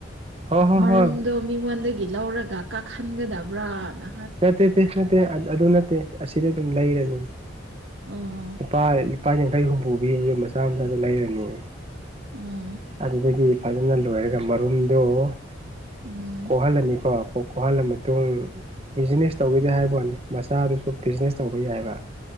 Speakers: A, on the right; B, on the right.
A: ꯍꯣꯏ ꯍꯣꯏ
B: ꯃꯔꯨꯝꯗꯣ
A: ꯍꯣꯏ
B: ꯃꯤꯉꯣꯟꯗꯒꯤ ꯂꯧꯔꯒ ꯀꯥꯍꯟꯒꯗꯕ꯭ꯔꯥꯅ
A: ꯅꯠꯇꯦ ꯅꯠꯇꯦ ꯑꯗꯨ ꯅꯠꯇꯦ ꯁꯤꯗꯤ ꯑꯗꯨꯝ ꯂꯩꯔꯅꯤ
B: ꯑꯣ
A: ꯂꯄꯥ ꯂꯨꯄꯥ ꯌꯥꯡꯈꯩ ꯍꯨꯝꯐꯨ ꯄꯤꯕꯗ ꯃꯆꯥ ꯃꯆꯥꯁꯨ ꯂꯩꯔꯅꯤ
B: ꯎꯝ
A: ꯑꯗꯨꯗꯒꯤ ꯐꯖꯅ ꯂꯣꯏꯔꯒ ꯃꯔꯨꯝꯗꯨꯣ
B: ꯎꯝ
A: ꯀꯣꯛꯍꯜꯂꯅꯤꯀꯣ ꯀꯣꯛꯍꯜꯂ ꯃꯇꯨꯡ ꯕꯤꯖꯤꯅꯦꯁ ꯇꯧꯒꯗꯦ ꯍꯥꯏꯕ ꯋꯥꯠꯅꯤ ꯃꯆꯥꯗꯨꯁꯨ ꯕꯤꯖꯤꯅꯦꯁ ꯇꯧꯕ ꯌꯥꯏꯕ